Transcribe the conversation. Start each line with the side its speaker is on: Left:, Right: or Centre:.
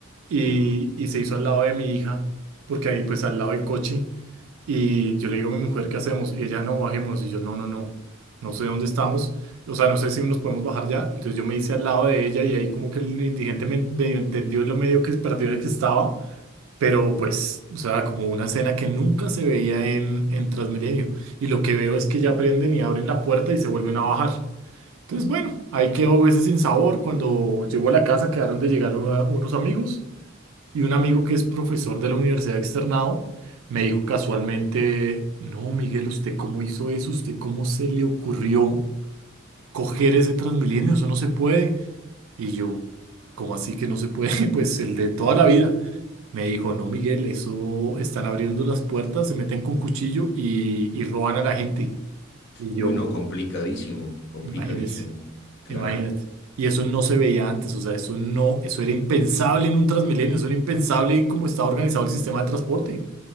Right: y,
Left: Uf.
Right: y se hizo al lado de mi hija porque ahí pues al lado del coche y yo le digo a mi mujer ¿qué hacemos? ella no bajémonos y yo no no no no sé dónde estamos o sea no sé si nos podemos bajar ya entonces yo me hice al lado de ella y ahí como que el indigente me medio entendió en lo medio que perdido que estaba pero pues, o sea, como una escena que nunca se veía en, en Transmilenio. Y lo que veo es que ya prenden y abren la puerta y se vuelven a bajar. Entonces, bueno, ahí quedó ese sin sabor. Cuando llegó a la casa quedaron de llegar una- unos amigos y un amigo que es profesor de la universidad externado me dijo casualmente, no, Miguel, ¿usted cómo hizo eso? ¿Usted cómo se le ocurrió coger ese Transmilenio? Eso no se puede. Y yo, ¿cómo así que no se puede? <laughs> Pues el de toda la vida. Me dijo, no, Miguel, eso están abriendo las puertas, se meten con cuchillo y, y roban a la gente. Y yo,
Left: Uy, no, complicadísimo, complicadísimo,
Right: imagínese,
Left: claro.
Right: imagínate. Y eso no se veía antes, o sea, eso no, eso era impensable en un Transmilenio, eso era impensable en cómo estaba organizado el sistema de transporte.